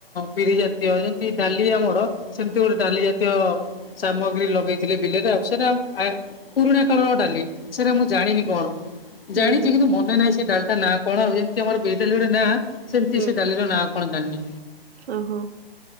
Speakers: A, on the left; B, on the right.
A: ବିରି ଜାତୀୟ ଯେମିତି ଡାଲି ଆମର ସେମିତି ଗୋଟେ ଡାଲି ଜାତୀୟ ସାମଗ୍ରୀ ଲଗେଇଥିଲେ ବିଲେରେ ଉ ସେଟା ଆଏ ପୁରୁଣାକାଳର ଡାଲି ସେଟା ମୁଁ ଜାଣିନି କଣ।
B: ହୁଁ
A: ଜାଣିଚି
B: ହୁଁ
A: କିନ୍ତୁ ମନେ ନାହିଁ ସେ ଡାଲିଟା ନାଁ କଣ ଆଉ ଯେମିତି ଆମର ବିରି ଡାଲି ଗୋଟେ ନାଁ ସେମିତି
B: ହୁଁ
A: ସେ ଡାଲିର ନାଁ କଣ ଜାଣିନି।
B: ଓହୋ।